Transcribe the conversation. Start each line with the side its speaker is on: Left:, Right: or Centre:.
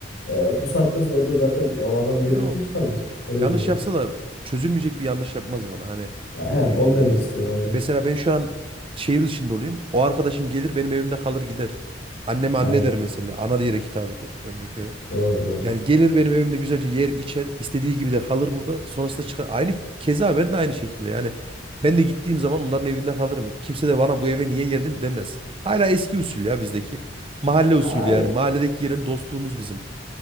Left: E, bu saatten sonra da zaten ya o adam yerini
Right: yok.
Left: kim tutabilir? Öyle
Right: Yanlış
Left: diyeyim yani.
Right: yapsa da çözülmeyecek bir yanlış yapmaz bana. Hani
Left: Ya
Right: eee,
Left: he, onu demek istiyorum aynen.
Right: mesela ben şu an şehir dışında olayım. O arkadaşım gelir benim evimde kalır gider. Anneme
Left: Aynen.
Right: anne der mesela. Ana diyerek hitap eder örnek öyle.
Left: Doğru doğru.
Right: Yani gelir benim evimde güzelce yer içer. istediği gibi de kalır burada. Sonrasında çıkar. Aynı keza ben de aynı şekilde. Yani ben de gittiğim zaman onların evinde kalırım. Kimse de bana bu eve niye geldin demez. Hala eski usul ya bizdeki. Mahalle
Left: Ya
Right: usulü
Left: abi
Right: yani. Mahalledeki gelen dostluğumuz bizim.